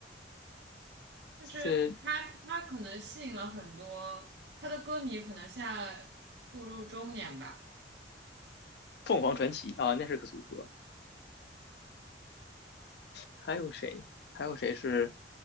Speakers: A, on the right; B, on the left.
A: 就是他他可能吸引了很多他的歌迷，
B: 是
A: 可能现在步入中年吧。
B: 凤凰传奇啊，那是个组合。还有谁？还有谁是